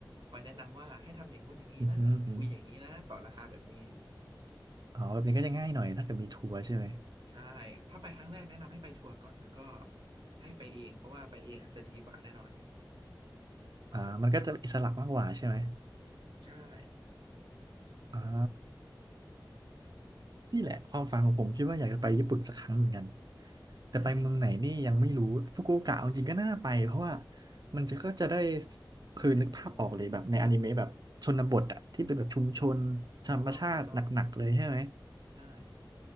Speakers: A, on the right; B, on the right.
A: คอยแนะนำว่าให้ทำอย่างงู้นอย่างนี้นะคุยอย่างนี้นะต่อราคาแบบนี้
B: อือหืออือหืออ๋อแบบนี้ก็จะง่ายหน่อยถ้าเกิดมีทัวร์ใช่ไหม
A: ใช่ถ้าไปครั้งแรกแนะนำให้ไปทัวร์ก่อนแล้วก็ให้ไปเองเพราะว่าไปเองอาจจะดีกว่าแน่นอน
B: อ่ามันก็จะอิสระมากกว่าใช่ไหม
A: ใช่
B: อ่า นี่แหละความฝันของผมคิดว่าอยากจะไปญี่ปุ่นสักครั้งเหมือนกันแต่ไปเมืองไหนนี่ยังไม่รู้ฟุกุโอกะเอาจริงก็น่าไปเพราะว่า
A: ใช่
B: มันจะก็จะได้คือนึกภาพออกเลยแบบในอนิเมะแบบชนบทอะที่เป็นแบบชุมชนธรรมชาติหนักๆเลยใช่ไหม
A: เป็นแบบต้องถูกต้องใช่